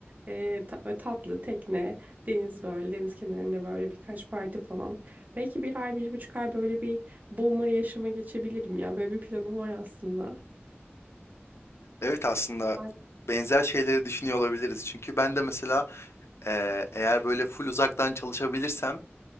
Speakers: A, on the right; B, on the left.
A: e, ta- böyle tatlı tekne, deniz böyle deniz kenarında böyle birkaç parti falan. Belki bir ay, bir buçuk ay böyle bir boomer yaşama geçebilirim ya. Böyle bir planım var aslında.
B: evet aslında
A: Ay,
B: benzer şeyleri düşünüyor olabiliriz. Çünkü ben de mesela eee, eğer böyle full uzaktan çalışabilirsem